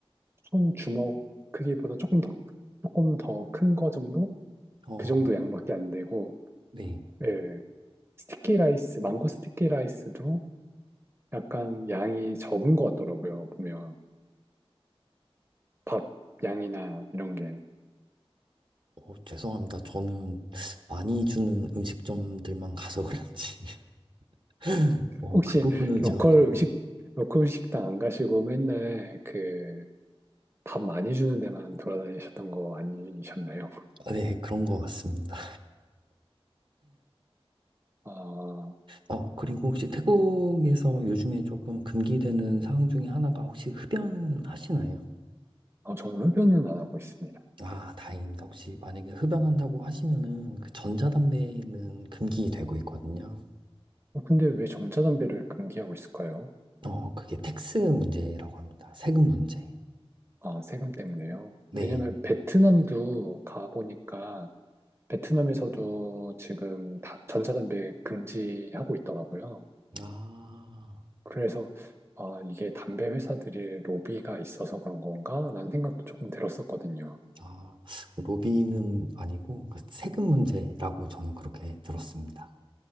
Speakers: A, on the right; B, on the right.
A: 손주먹 크기보다 조금 더 조금 더 큰 거 정도?
B: 어,
A: 그 정도 양밖에 안 되고
B: 네.
A: 예. 스티키 라이스, 망고 스티키 라이스도 약간 양이 적은 것 같더라고요. 보면 밥 양이나 이런 게
B: 어, 죄송합니다. 저는 많이 주는 음식점들만 가서 그런지. <laughs> 어,
A: 혹시
B: 그 부분은
A: 로컬
B: 제가,
A: 음식 로컬 식당 안 가시고 맨날 그 밥 많이 주는 데만 돌아다니셨던 거 아니셨나요? <laughs>
B: 네, 그런 것 같습니다.
A: 아,
B: 어, 그리고 혹시 태국에서 요즘에 조금 금기되는 상황 중에 하나가 혹시 흡연하시나요?
A: 아, 저는 흡연은 안 하고 있습니다.
B: 아, 다행입니다. 혹시 만약에 흡연한다고 하시면은 그 전자담배는 금기되고 있거든요.
A: 어, 근데 왜 전자담배를 금기하고 있을까요?
B: 어, 그게 텍스 문제라고 합니다. 세금 문제.
A: 아, 세금 때문에요.
B: 네.
A: 왜냐면 베트남도 가보니까 베트남에서도 지금 다- 전자담배 금지하고 있더라고요.
B: 아.
A: 그래서 아, 이게 담배 회사들이 로비가 있어서 그런 건가? 라는 생각도 조금 들었었거든요.
B: 아, 그 로비는 아니고 그 세금 문제라고 저는 그렇게 들었습니다.